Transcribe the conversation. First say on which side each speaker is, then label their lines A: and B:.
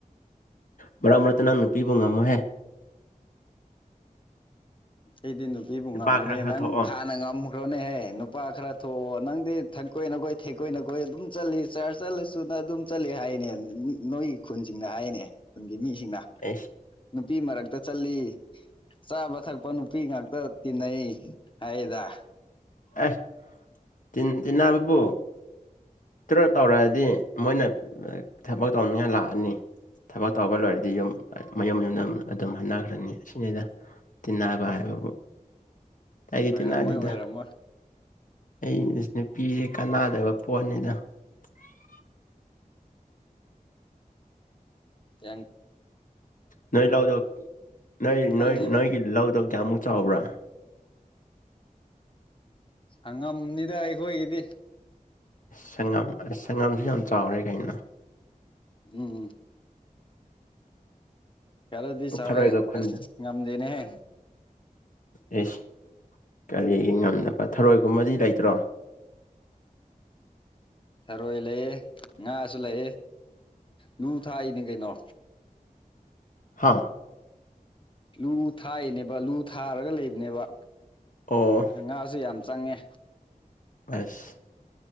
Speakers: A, on the left (about 65°); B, on the left (about 35°).
A: ꯃꯔꯛ ꯃꯔꯛꯇ ꯅꯪ ꯅꯨꯄꯤꯕꯨ ꯉꯝꯃꯣꯍꯦ
B: ꯑꯩꯗꯤ ꯅꯨꯄꯤꯕꯨ
A: ꯅꯨꯄꯥ
B: ꯉꯝꯃꯤꯅꯦ
A: ꯈꯔ ꯈꯔ
B: ꯅꯪ
A: ꯊꯣꯛꯑꯣ
B: ꯍꯥꯟꯅ ꯉꯝ ꯈ꯭ꯔꯣꯅꯦꯍꯦ ꯅꯨꯄꯥ ꯈꯔ ꯊꯣꯛꯑꯣ ꯅꯪꯗꯤ ꯊꯛꯀꯣꯏꯅꯈꯣꯏ ꯊꯦꯛꯀꯣꯏꯅꯈꯣꯏ ꯑꯗꯨꯝ ꯆꯠꯂꯤ ꯆꯔꯁ ꯆꯠꯂꯁꯨ ꯅꯪ ꯑꯗꯨꯝ ꯆꯠꯂꯤ ꯍꯥꯏꯅꯦ ꯅꯣꯏꯒꯤ ꯈꯨꯟꯁꯤꯡꯅ ꯍꯥꯏꯅꯦ ꯈꯨꯟꯒꯤ ꯃꯤꯁꯤꯡꯅ
A: ꯑꯦꯁ
B: ꯅꯨꯄꯤ ꯃꯔꯛꯇ ꯆꯠꯂꯤ ꯆꯥꯕ ꯊꯛꯄ ꯅꯨ ꯅꯨꯄꯤ ꯉꯥꯛꯇ ꯇꯤꯟꯅꯩ ꯍꯥꯏꯗ
A: ꯑꯦ ꯇꯤꯟ ꯇꯤꯟꯅꯕꯕꯨ ꯇꯔ ꯇꯧꯔꯛꯑꯗꯤ ꯃꯣꯏꯅ ꯊꯕꯛ ꯇꯧꯅꯤꯡꯉꯥꯏ ꯂꯥꯛꯑꯅꯤ ꯊꯕꯛ ꯇꯧꯕ ꯂꯣꯏꯔꯗꯤ ꯌꯨꯝ ꯃꯌꯨꯝ ꯃꯌꯨꯝꯗ ꯑꯗꯨꯝ ꯍꯟꯅꯈ꯭ꯔꯅꯤ ꯑꯁꯤꯅꯤꯗ ꯇꯤꯟꯅꯕ ꯍꯥꯏꯕꯕꯨ ꯑꯩꯗꯤ
B: ꯑꯣꯏꯔꯝꯃꯣꯏ
A: ꯇꯤꯟꯅꯗꯦꯗ
B: ꯑꯣꯏꯔꯝꯃꯣꯏ
A: ꯑꯩ ꯅꯨꯄꯤꯁꯦ ꯀꯥꯟꯅꯗꯕ ꯄꯣꯠꯅꯤꯅ <unintelligible>
B: ꯌꯥꯡ
A: ꯅꯣꯏ ꯂꯧꯗꯣ ꯅꯣꯏ
B: ꯈꯜꯂꯦꯕ
A: ꯅꯣꯏ ꯅꯣꯏꯒꯤ ꯂꯧꯗꯣ ꯀꯌꯥꯃꯨꯛ ꯆꯥꯎꯕ꯭ꯔꯥ
B: ꯁꯪꯉꯝꯅꯤꯗ ꯑꯩꯈꯣꯏꯒꯤꯗꯤ
A: ꯁꯪꯉꯝ ꯁꯪꯉꯝꯁꯦ ꯌꯥꯝ ꯆꯥꯎꯔꯦ ꯀꯩꯅꯣ
B: ꯎꯝ ꯎꯝ ꯈꯔꯗꯤ ꯆꯥꯎꯋꯦꯍꯦ
A: ꯊꯔꯣꯏꯒ ꯈꯨꯟꯗ
B: ꯑꯁ ꯉꯝꯗꯦꯅꯦꯍꯦ
A: ꯑꯦꯁ ꯀꯔꯤꯒꯤ ꯉꯝꯗꯥꯕ ꯊꯔꯣꯏꯒꯨꯝꯕꯗꯤ ꯂꯩꯇ꯭ꯔꯣ
B: ꯊꯔꯣꯏ ꯂꯩꯌꯦ ꯉꯥꯁꯨ ꯂꯩꯌꯦ ꯂꯨ ꯊꯥꯛꯏꯅꯦ ꯀꯩꯅꯣ
A: ꯍꯥꯥ
B: ꯂꯨ ꯊꯥꯏꯅꯦꯕ ꯂꯨ ꯊꯥꯔꯒ ꯂꯩꯕꯅꯦꯕ
A: ꯑꯣ
B: ꯉꯥꯁꯨ ꯌꯥꯝ ꯆꯪꯉꯦ
A: ꯑꯁ